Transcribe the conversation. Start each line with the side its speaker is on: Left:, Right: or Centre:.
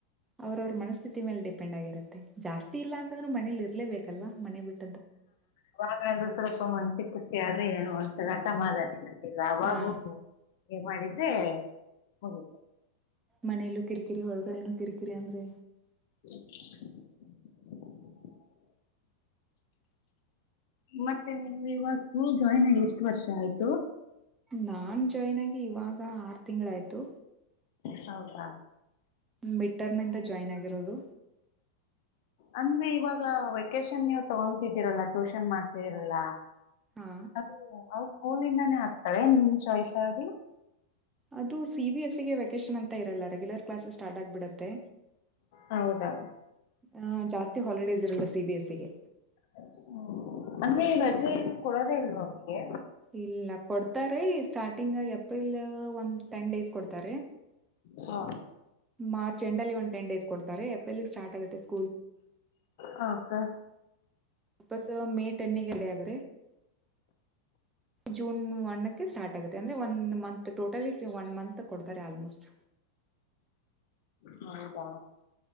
Right: ಅವರವ್ರ ಮನಸ್ ಸ್ಥಿತಿ ಮೇಲೆ ಡಿಪೆಂಡ್ ಆಗಿರುತ್ತೆ ಜಾಸ್ತಿ ಇಲ್ಲ ಅಂದ್ರ ಮೇಲಿ ಇರ್ಲೇಬೇಕಲ್ವಾ ಮನೆ ಬಿಟ್ಟು
Left: ಹ ಸ್ವಲ್ಪ ಮಂಚಿ ಖುಷಿ ಆದ್ರೆ ಏನು ಒಂತರ ಅಸಮಾಧಾನ ಇಲ್ಲಾವಾಗೋ
Right: ಹಾ
Left: ಮಾಡಿದ್ರೆ ಹೋಗುದು
Right: ಮನೆಯಲ್ಲೂ ಕಿರಿಕಿರಿ ಹೊಳಗಡೇನು ಕಿರಿಕಿರಿ ಅಂದ್ರೆ
Left: <unintelligible> ಮತ್ತೆ ನಿಮ ಇವಾಗ ಸ್ಕೂಲ್ ಜಾಯಿನ್ ಆಗಿ ಎಷ್ಟು ವರ್ಷ ಆಯ್ತು
Right: ನಾನ್ ಜಾಯಿನ್ ಆಗಿ ಇವಾಗ ಆರು ತಿಂಗಳ ಆಯ್ತು
Left: ಹೌದಾ
Right: ಮಿಟರ್ಮಿಂದ ಜಾಯಿನ್ ಆಗಿರೋದು
Left: ಅಂದ್ರೆ ಇವಾಗ ವೆಕೇಶನ್ ನೀವು ತಗೊತಿದ್ದೀರಲ್ಲ ಟ್ಯೂಷನ್ ಮಾಡ್ತಿದೀರಲ್ಲ
Right: ಹಾ
Left: ಅದ ಅವ ಸ್ಕೂಲಿಂದಾನೇ ಆಕ್ತಾರೇ ನಿಮ ಚಾಯ್ಸಾ ಅದು
Right: ಅದು ಸಿ ಬಿ ಎಸ್ಸಗೆ ವೆಕೇಶನ್ ಅಂತ ಇರಲ್ಲೆಗ್ಯುಲರ್ ಕ್ಲಾಸಸ್ ಸ್ಟಾರ್ಟ್ ಆಗ್ಬಿಡುತ್ತೆ
Left: ಹೌದಾ
Right: ಆ ಜಾಸ್ತಿ ಹಾಲಿಡೇಸ್ ಇರಲ್ಲ ಸಿ ಬಿ ಎ ಸಿ ಗೆ
Left: ಹ ಅಂದ್ರೆ ರಜ ಎಲ್ಲ ಕೊಡೋದೇ ಇಲ್ವಾ ಅವನಿಗೆ
Right: ಇಲ್ಲ ಕೊಡ್ತಾರೇ ಸ್ಟಾರ್ಟಿಂಗ್ ಏಪ್ರಿಲ್ ಒಂದ್ ಟೆನ್ ಡೇಸ್ ಕೊಡ್ತಾರೆ
Left: ಹಾ
Right: ಮಾರ್ಚ್ ಎಂಡಲ್ಲಿ ಒ ಟನ್ ಡೇಸ್ ಕೊಡ್ತಾರೆ ಏಪ್ರಿಲ್ಗೆ ಸ್ಟಾಟಾಗುತ್ತೆ ಸ್ಕೂಲ್
Left: ಹೌದ
Right: ಅಪ್ಪಸ ಮೇ ಟೆನ್ಗೆ ರಡಿ ಯಗರೆ ಜೂನ್ ಒನ್ಕ್ಕೆ ಸ್ಟಾರ್ಟ್ ಆಗುತ್ತೆ ಅಂದ್ರೆ one month total one month ಕೊಡ್ತಾರೆ ಆಲ್ಮೋಸ್ಟ್
Left: ಹೌದಾ